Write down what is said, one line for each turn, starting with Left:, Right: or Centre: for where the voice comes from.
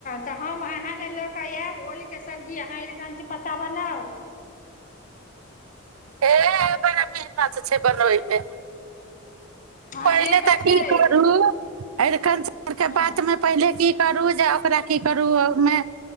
Left: तऽ हम अहाँ ल लऽ कऽ आयब ओलके सब्जी अहाँ कञच पत्ता बनाउ
Right: हे बड़ा मेहनत छै बनबैमे
Left: हँ
Right: पहिले
Left: से
Right: तऽ
Left: छै
Right: की करू एहिरन आरके
Left: हँ
Right: बातमे पहिले की करू जे ओकरा की करू मे